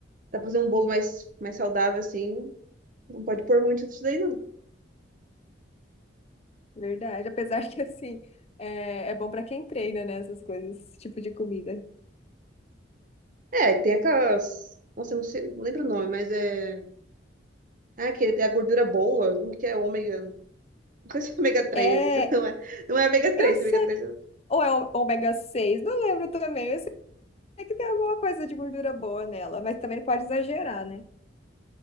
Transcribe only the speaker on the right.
tá fazer um bolo mais, mais saudável, assim. Não pode pôr muito disso daí, não.
É, tem aquelas. Nossa, eu não sei, não lembro o nome, mas é. Ah, que é a gordura boa, como que é ômega? Não sei se é ômega três,
<laughs> não é, não é ômega 3,
que ômega três é...